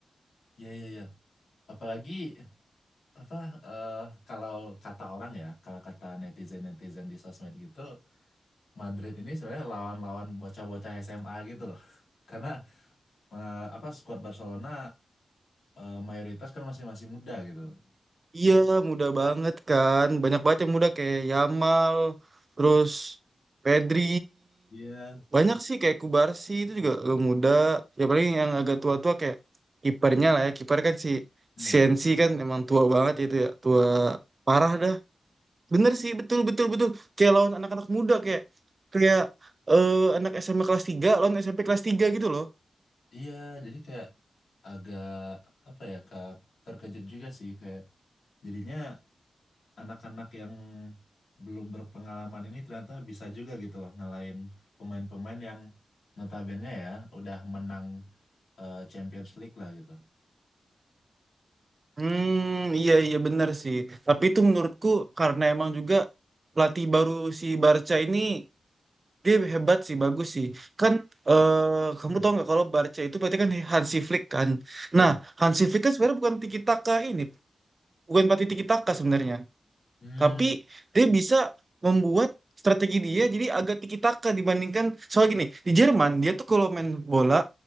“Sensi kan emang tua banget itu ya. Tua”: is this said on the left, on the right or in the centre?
Right